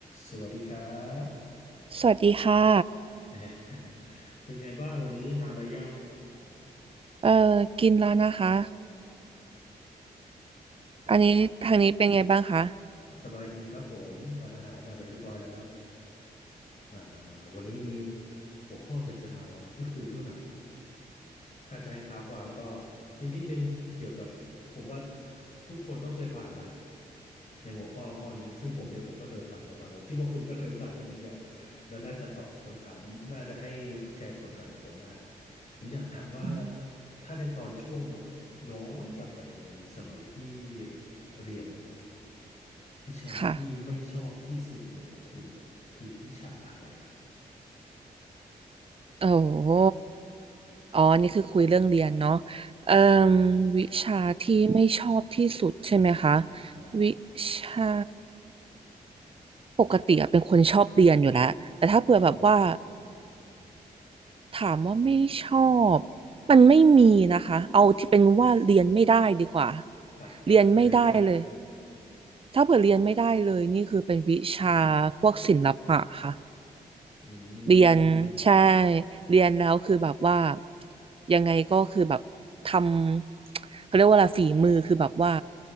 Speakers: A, on the left; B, on the right.
A: สวัสดีครับ
B: สวัสดีค่ะ
A: <laughs> เป็นไงบ้างวันนี้ทานอะไรยัง
B: เอ่อกินแล้วนะคะ
A: อ๋อ
B: อันนี้ทางนี้เป็นไงบ้างคะ
A: สบายดีครับผมทานอาหารอะไรเรียบร้อยแล้วอ่าวันนี้มีหัวข้ออยากจะมาพูดคุยด้วยหน่อยถ้าจะให้เท้าความก็นิดนิดนึงเกี่ยวกับผมว่าทุกคนก็เคยผ่านมาแหละในหัวข้อข้อนี้ซึ่งผมเองผมก็เคยผ่านมาก่อนผมคิดว่าคุณก็เคยผ่านมาเหมือนกันและน่าจะตอบคำถามน่าจะให้แชร์ประสบการณ์กับผมได้ผมอยากถามว่า
B: อืม
A: ถ้าในตอนช่วง ย้อนกลับไปในสมัยที่เรียนนะครับวิชาที่ไม่ชอบที่สุดเนี่ยของคุณน่ะคือวิชาอะไร
B: ค่ะโอ้โหอ๋อนี่คือคุยเรื่องเรียนเนาะเอ่มวิชาที่ไม่ชอบที่สุดใช่ไหมคะ
A: ใช่
B: วิชาปกติอะเป็นคนชอบเรียนอยู่แล้วแต่ถ้าเผื่อแบบว่า
A: อืม
B: ถามว่าไม่ชอบ มันไม่มีนะคะ เอาที่เป็นว่าเรียนไม่ได้ดีกว่า
A: อ่ะอ่ะอย่างนั้นก็ได้
B: เรียนไม่ได้เลย ถ้าเผื่อเรียนไม่ได้เลยนี่คือเป็นวิชาพวกศิลปะค่ะ
A: อืม
B: เรียนใช่เรียนแล้วคือแบบว่ายังไงก็คือแบบทำเขาเรียกว่าอะไรฝีมือคือแบบว่า